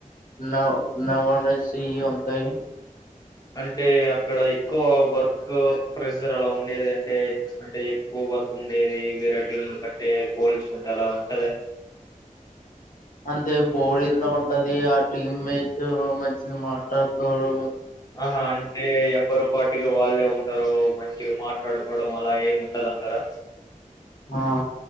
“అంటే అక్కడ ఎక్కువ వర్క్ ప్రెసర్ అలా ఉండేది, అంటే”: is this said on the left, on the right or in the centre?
Left